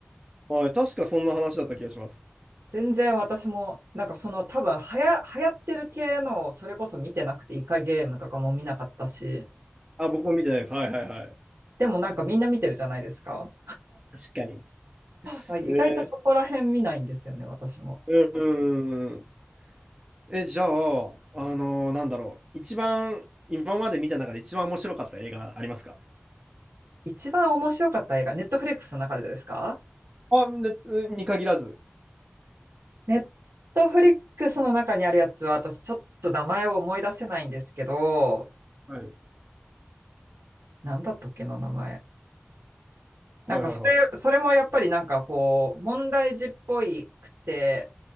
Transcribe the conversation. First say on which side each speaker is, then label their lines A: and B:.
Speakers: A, on the right (about 20°); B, on the right (about 80°).
A: はい。確かそんな話だった気がします。
B: 全然私も、なんかその多分はや、流行ってる系の、それこそ見てなくてイカゲームとかも見なかったし、
A: あ、僕も見てないです。はいはいはい。
B: でもなんかみんな見てるじゃないですか。
A: 確かに。
B: あ意外とそこら辺見ないんですよね、
A: え
B: 私も。
A: ー、うん。うんえ、じゃあ、あのーなんだろう。一番、今まで見た中で一番面白かった映画ありますか
B: 一番面白かった映画、ネットフリックスの中でですか
A: あ、ね、に限らず。
B: ネットフリックスの中にあるやつは、私ちょっと名前を思い出せないんですけど、
A: はい。
B: なんだったっけな、名前。
A: はいはいはい。
B: なんかそれ、それもやっぱりなんかこう、問題児っぽいくて、